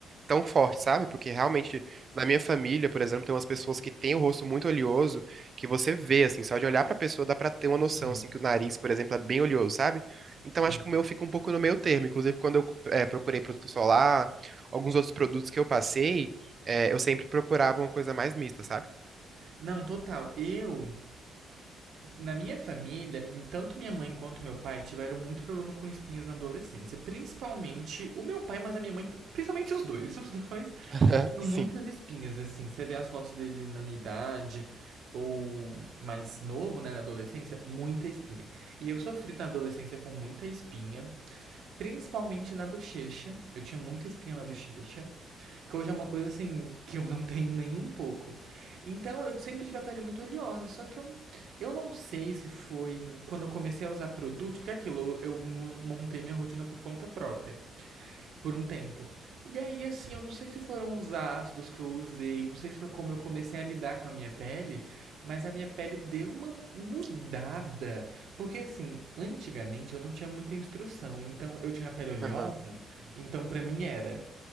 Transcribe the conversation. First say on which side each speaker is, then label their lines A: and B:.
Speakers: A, on the right (about 40°); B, on the right (about 65°).
A: tão forte, sabe? Porque realmente, na minha família, por exemplo, tem umas pessoas que têm o rosto muito oleoso, que você vê, assim, só de olhar pra pessoa dá pra ter uma noção,
B: Sim,
A: assim, que o nariz, por exemplo, é bem oleoso, sabe? Então
B: sim.
A: acho que o meu fica um pouco no meio termo. Inclusive, quando eu eh, procurei protetor solar, alguns outros produtos que eu passei, eh, eu sempre procurava uma coisa mais mista, sabe?
B: Não, total. Eu Na minha família, tanto minha mãe quanto meu pai tiveram muito problema com espinhas na adolescência. Principalmente o meu pai, mas a minha mãe, principalmente os dois. <laughs> Os dois
A: <laughs> Aham,
B: tiveram
A: Sim.
B: muitas espinhas, assim. Você vê as fotos dele na minha idade, ou mais novo, né, na adolescência, muita espinha. E eu sofri na adolescência com muita espinha, principalmente na bochecha. Eu tinha muita espinha
A: Uhum.
B: na bochecha. Que hoje é uma coisa assim que eu não tenho nem um pouco. Então eu sempre tive a pele muito oleosa, só que eu, eu não sei se foi quando eu comecei a usar produto, porque é aquilo, eu montei minha rotina por conta própria, por um tempo. E aí assim, eu não sei se foram os ácidos que eu usei, não sei se foi como eu comecei a lidar com a minha pele, mas a minha pele deu uma mudada. Porque assim, antigamente eu não tinha muita instrução, então eu tinha a pele oleosa,
A: Aham.
B: então pra mim era